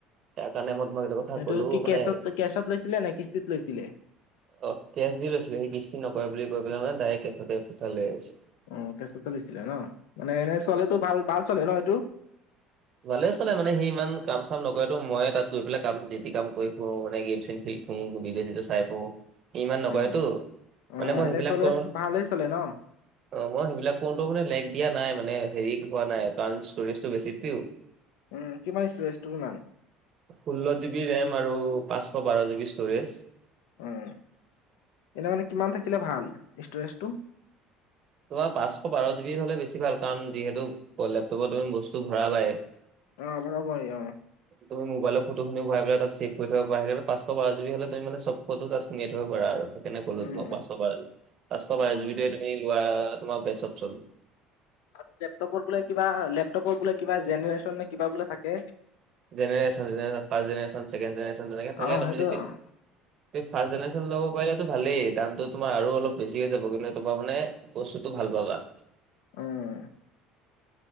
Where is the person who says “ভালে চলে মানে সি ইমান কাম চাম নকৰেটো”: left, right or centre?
Right